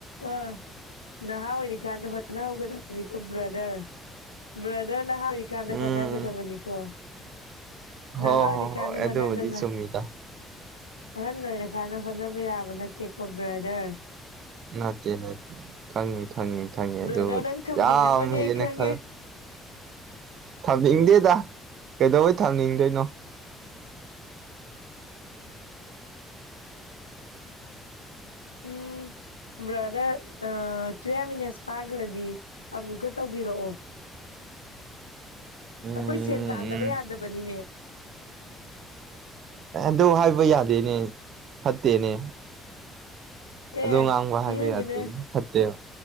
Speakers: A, on the left (about 80°); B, on the right (about 50°).
A: ꯑꯥ ꯅꯍꯥ ꯑꯣꯏꯔꯤꯀꯥꯟꯗ ꯍꯣꯠꯅ ꯍꯧꯒꯗꯕ ꯕ꯭ꯔꯗꯔ ꯕ꯭ꯔꯗꯔꯅ ꯍꯥꯏꯔꯤꯀꯥꯟꯗ
B: ꯎꯝ
A: ꯍꯣꯠꯅꯒꯗꯕꯅꯤꯀꯣ
B: ꯍꯣ
A: ꯅꯍꯥꯎꯅꯤ
B: ꯍꯣ
A: ꯀꯥꯟꯗ
B: ꯍꯣꯏ ꯑꯗꯨꯕꯨꯗꯤ
A: ꯍꯣꯅꯗꯅ
B: ꯆꯨꯝꯃꯤꯗ
A: ꯑꯍꯟ ꯑꯣꯏꯔꯀꯥꯟꯗ ꯍꯣꯠꯅꯕ ꯌꯥꯕ ꯅꯠꯇꯦꯀꯣ ꯕ꯭ꯔꯗꯔ
B: ꯅꯠꯇꯦ ꯅꯠꯇꯦ ꯈꯪꯉꯤ ꯈꯪꯉꯤ ꯈꯪꯉꯤ
A: ꯕ꯭ꯔꯗꯔ
B: ꯑꯗꯨꯕꯨꯗꯤ
A: ꯅꯪ ꯊꯝꯅꯤꯡꯉꯝꯃꯅꯤ
B: ꯌꯥꯝ ꯍꯦꯟꯅ
A: ꯑꯩ ꯈꯪꯉꯦ
B: ꯈ ꯊꯝꯅꯤꯡꯗꯦꯗ ꯀꯩꯗꯧꯩ ꯊꯝꯅꯤꯡꯗꯣꯏꯅꯣ ꯎꯝ
A: ꯎꯝ ꯕ꯭ꯔꯥꯗꯔ ꯇꯨꯌꯦꯞ ꯃꯤꯅꯠꯁ ꯐꯥꯈ꯭ꯔꯗꯤ ꯑꯃꯨꯛꯀ ꯇꯧꯕꯤꯔꯛꯑꯣ
B: ꯎꯝ
A: ꯑꯩꯈꯣꯏ ꯁꯦꯟ ꯇꯥꯟꯗꯕ
B: ꯎꯝ
A: ꯌꯥꯗꯕꯅꯤꯅꯦ
B: ꯑꯗꯨ ꯍꯥꯏꯕ ꯌꯥꯗꯦꯅꯦ ꯐꯠꯇꯦꯅꯦ ꯑꯣ
A: ꯑꯦ
B: ꯉꯥꯡꯕ ꯍꯥꯏꯕ
A: ꯃꯤꯑꯣꯏꯕꯅ
B: ꯌꯥꯗꯦ ꯐꯠꯇꯦꯕ